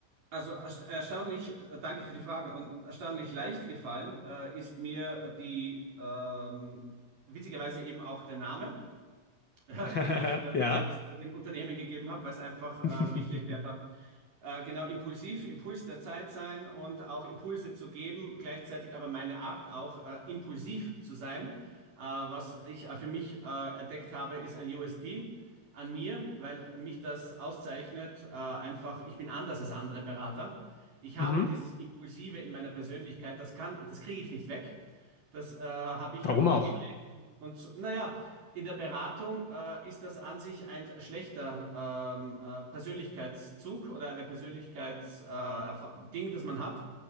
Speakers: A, on the right; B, on the left.
A: Also erst- erstaunlich, äh, danke für die Fragen und erstaunlich leicht gefallen äh, ist mir die ähm, witzigerweise eben auch der Name, <laughs>
B: <laughs>
A: den ich äh,
B: Ja.
A: selbst äh, dem Unternehmen gegeben habe, weil es einfach,
B: <laughs>
A: äh, wie ich dir erklärt habe, äh, genau impulsiv, Impuls der Zeit sein und auch Impulse zu geben, gleichzeitig aber meine Art auch äh, impulsiv zu sein. Äh, was ich äh, für mich äh, entdeckt habe, ist ein USP an mir, weil mich das auszeichnet. Äh, einfach, ich bin anders als andere Berater. Ich
B: Mhm.
A: habe dieses Impulsive in meiner Persönlichkeit, das kann, das kriege ich nicht weg. Das äh, habe ich
B: Warum
A: aber umgedreht.
B: auch?
A: Und so, naja, in der Beratung äh, ist das an sich ein schlechter ähm, äh, Persönlichkeitszug oder eine Persönlichkeits, äh, Erfa- Ding, das man hat,